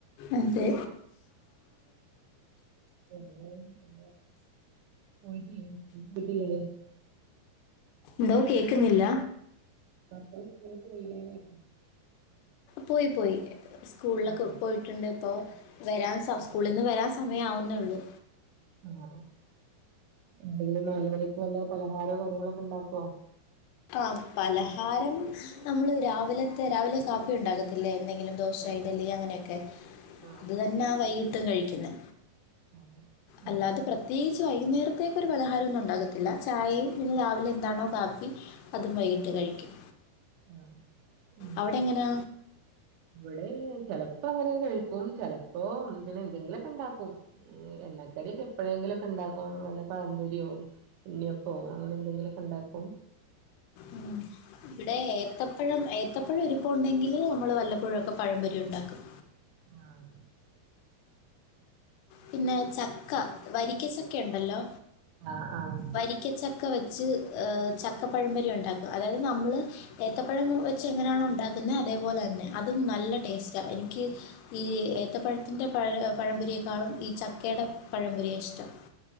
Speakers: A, on the left; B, on the right.
A: അതെ
B: പിന്നെ <unintelligible> പോയിട്ടില്ലേ പോയിട്ടില്ലല്ലേ
A: എടേ കേക്കുന്നില്ല
B: മക്കള് സ്കൂളിൽ പോയില്ലേല്ലേ
A: പോയി പോയി സ്കൂളിലൊക്കെ
B: ആഹ്
A: പോയിട്ടുണ്ട് ഇപ്പോ വരാൻ സ
B: ആഹ്
A: സ്കൂളിന്ന് വരാൻ സ സമയാവുന്നോള്ളൂ
B: ആഹ് എന്തെങ്കിലും നാല് മണിക്കുള്ള പലഹാരോ കാര്യങ്ങളൊക്കെ ഒണ്ടാക്കൊ?
A: ആഹ് പലഹാരം നമ്മള് രാവിലത്തെ രാവിലെ കാപ്പി ഒണ്ടാക്കത്തില്ലേ എന്തെങ്കിലും ദോശാ
B: ആഹ്
A: ഇഡ്ഡലി അങ്ങനെയൊക്കെ
B: ആഹ്
A: അത് തന്നാ വൈകി ട്ടും കഴിക്കുന്നെ
B: അതെ അത്
A: അല്ലാതെ
B: ശരി
A: പ്രത്യേകിച്ച് വൈകുന്നേരം പ്രത്യേകൊരു പലഹാരോന്നു ഒണ്ടാക്കത്തില്ല ചായയും ഇനി
B: ആഹ്
A: രാവിലെ എന്താണോ കാ പ്പി അതും വൈകിട്ട്
B: ആഹ്
A: കഴിക്കും
B: ആഹ് അത്
A: അവിടെ
B: ശരി
A: എങ്ങനാ
B: ഇവിടെ ചെലപ്പോ അങ്ങനെ കഴി ചെലപ്പോ പിന്നെ ന്തെങ്കിലൊ ണ്ടാക്കും എണ്ണക്കടിയൊക്കെ എപ്പോഴെങ്കിലൊക്കെ ണ്ടാക്കും നല്ല പഴമ്പൊരിയോ ഉണ്യയപ്പോ അങ്ങനെന്തെങ്കിലൊക്കെ ണ്ടാക്കും
A: ഉം ഇവിടെ ഏത്തപ്പഴം ഏത്തപ്പഴം ഇരുപ്പോണ്ടങ്കിൽ അത് നമ്മള് വല്ലപ്പോഴൊക്കെ പഴമ്പൊരി ഒണ്ടാക്കും
B: ആഹ്
A: പിന്നെ ചക്ക വരിക്കച്ചക്ക ണ്ടല്ലോ
B: ആഹ് ആഹ്
A: വരിക്കച്ചക്ക വെച്ച് ചക്കപ്പഴപൊരി ഉണ്ടാക്കും അതായത് നമ്മള് ഏത്തപ്പഴം വെച്ച് എങ്ങനാണോ ഉണ്ടാക്കുന്നെ അതേപോലെന്നെ അതും നല്ല ടേസ്‌റ്റായ് ക്ക് ഈ ഏത്തപ്പഴത്തിന്റെ പഴ പഴമ്പൊരി ക്കാളും ഈ ചക്കെടെ പഴം പൊരിയാ ഇഷ്ടം.